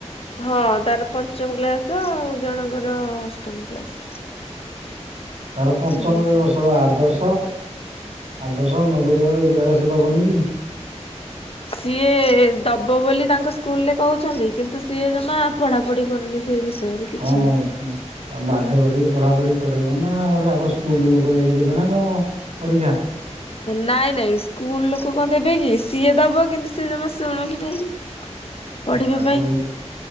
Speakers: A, on the left (about 55°); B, on the right (about 70°).
A: ହଁ ତାର ପଞ୍ଚମ କ୍ଲାସ ଆଉ ଜଣଙ୍କର ଅଷ୍ଟମ କ୍ଲାସ।
B: ତାର ପଞ୍ଚମରେ
A: ସେ
B: ଏ ବର୍ଷ ବା ଆଦର୍ଶ ଆଦର୍ଶ ନବ। ତ ଏଗୁଡ଼ାକ ସେ ଦବନି କି?
A: ସିଏ ଦବ ବୋଲି ତାଙ୍କ ସ୍କୁଲରେ କହୁଛନ୍ତି କିନ୍ତୁ ସିଏ ଜମା ପଢା ପଢି କରୁନି। ସେଇ ବିଷୟରେ
B: କଣ
A: କିଛି ବି।
B: ବାଧ୍ୟ କରିକି ପଢାପଢି କରେଇବ ନା ଆଉ ଆଗ ସ୍କୁଲ ଲୋକ ଯାଇକି ଦେବେ ନା କଣ ପରୀକ୍ଷା।
A: ନାଇଁ ନାଇଁ ସ୍କୁଲ ଲୋକ କଣ ଦେବେ କି? ସିଏ ଦବ କିନ୍ତୁ ସେ ଜମା ଶୁଣୁ ହିଁ ନାହିଁ। ପଢିବା
B: ତାକୁ
A: ପାଇଁ,